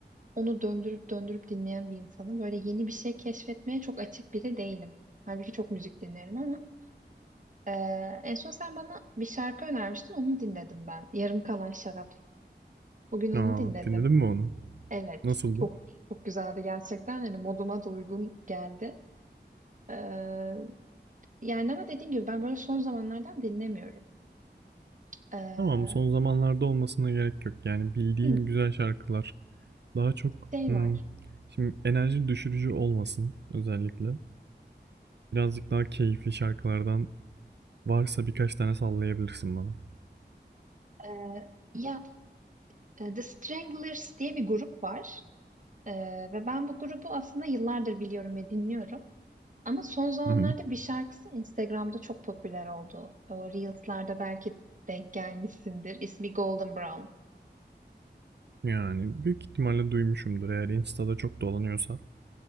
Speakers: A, on the right; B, on the right.
A: onu döndürüp döndürüp dinleyen bir insanım. Böyle yeni bir şey keşfetmeye çok açık biri değilim. Halbuki çok müzik dinlerim ama Ee, en son sen bana bir şarkı önermiştin, onu dinledim ben. Yarım Kalan Şarap. Bugün onu
B: Aa
A: dinledim.
B: Dinledin mi onu?
A: Evet,
B: Nasıldı?
A: çok çok güzeldi gerçekten. Hani moduma da uygun geldi. Ee, yani ama dediğim gibi ben böyle son zamanlardan dinlemiyorum. Ee,
B: Tamam, son zamanlarda olmasına gerek yok. Yani bildiğin
A: hı,
B: güzel şarkılar. Daha çok,
A: şey
B: ımm,
A: var.
B: şimdi enerji düşürücü olmasın özellikle. Birazcık daha keyifli şarkılardan varsa birkaç tane sallayabilirsin bana.
A: Ee, ya e, The Stranglers diye bir grup var. Ee, ve ben bu grubu aslında yıllardır biliyorum ve dinliyorum. Ama son zamanlarda
B: Hı hı.
A: bir şarkısı Instagram'da çok popüler oldu. O Reels'larda belki denk gelmişsindir. İsmi Golden Brown.
B: Yani büyük ihtimalle duymuşumdur eğer Insta'da çok dolanıyorsa.